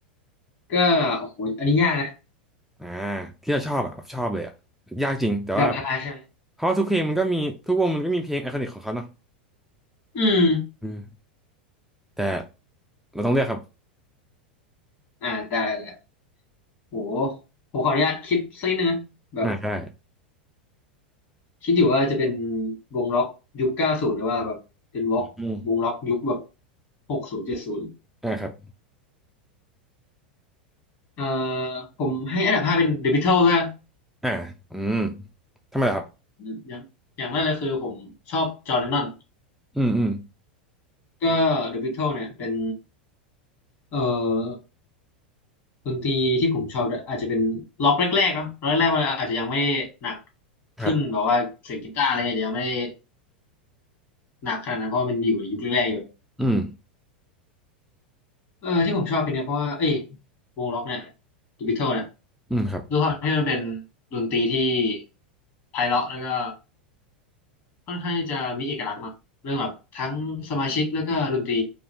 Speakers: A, on the left (about 45°); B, in the centre.
A: ก็โอ้โหอันนี้ยากนะ
B: อ่าที่เราชอบอะแบบชอบเลยอะยากจริงแต่ว่า
A: อันดับห้าใช่ไหม
B: เพราะว่าทุกเพลงมันก็มีทุกวงมันก็มีเพลงไอคอนิกของเขาเนาะ
A: อืม
B: อืมแต่เราต้องเลือกครับ
A: อ่าได้ได้โหผมขออนุญาตคิดสักนิดนึงนะแบบ
B: อ่าใช่
A: คิดอยู่ว่าจะเป็นวงล็อกยุคเก้าศูนย์หรือว่าแบบเป็นวงล็อกวงล็อกยุคแบบ
B: อืม
A: หกศูนย์เจ็ดศูนย์
B: อ่าครับ
A: เอ่อผมให้อันดับห้าเป็น The Beatles ละ
B: อ่าอืมทำไมล่ะครับ
A: อมอย่างอย่างแรกเลยคือผมชอบจอห์นเลนนอน
B: อืมอืม
A: ก็เดอะบิทเทิลเนี่ยเป็นเอ่อดนตรีที่ผมชอบด้วยอาจจะเป็นล็อกแรกๆเนาะล็อกแรกๆมันอาจจะยังไม่หนักขึ้นแบบว่าเสียงกีตาร์อะไรเงี้ยอาจจะยังไม่ได้
B: ครับ
A: หนักขนาดนั้นเพราะว่ามันอยู่ในยุคแรกๆอยู่
B: อืม
A: เออที่ผมชอบเพลงเนี้ยเพราะว่าเอ้ยวงล็อกเนี่ยเดอะบิทเทิลเนี่ย
B: อืมครับ
A: ด้วยความที่มันเป็นดนตรีที่ไพเราะแล้วก็ค่อนข้างที่จะมีเอกลักษณ์เนาะเรื่องแบบทั้งสมาชิกแล้วก็ดนตรี